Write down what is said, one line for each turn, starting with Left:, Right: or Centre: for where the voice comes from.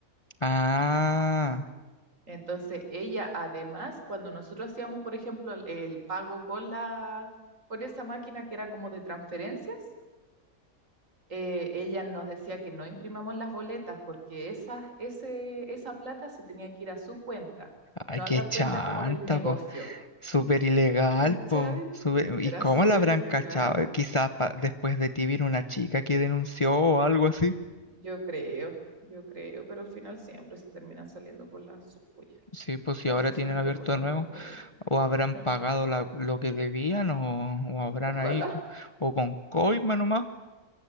Left: Ah.
Right: Entonces, ella además, cuando nosotros hacíamos, por ejemplo, el, el pago con la, por esa máquina que era como de transferencias, eh, ella nos decía que no imprimamos las boletas porque esa, ese, esa plata se tenía que ir a su cuenta,
Left: Ay,
Right: no
Left: qué
Right: a la
Left: chanta,
Right: cuenta como del negocio.
Left: po. Súper ilegal,
Right: ¿Cachai?
Left: po. Súper-
Right: Era
Left: ¿Y cómo
Right: súper
Left: la habrán
Right: ilegal.
Left: cachado? Eh, Quizás pa- después de ti vino una chica que denunció o algo así.
Right: Yo creo, yo creo, pero al final siempre se terminan saliendo por la suya.
Left: Sí, pues si
Right: Si
Left: ahora
Right: así
Left: tienen
Right: son todos
Left: abierto
Right: los
Left: de nuevo,
Right: estafadores.
Left: o habrán
Right: Sí.
Left: pagado la- lo que debían, o, o habrán
Right: Ojalá,
Left: ahí, co- o con coima nomás.